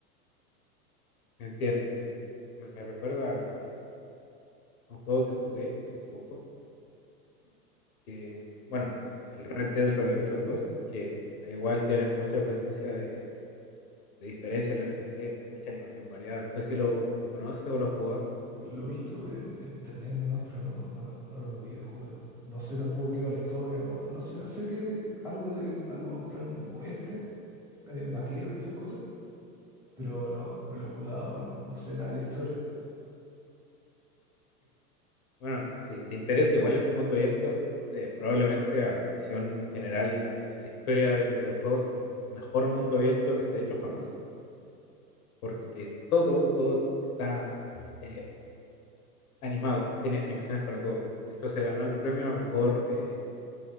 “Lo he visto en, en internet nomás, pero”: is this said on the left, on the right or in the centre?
Centre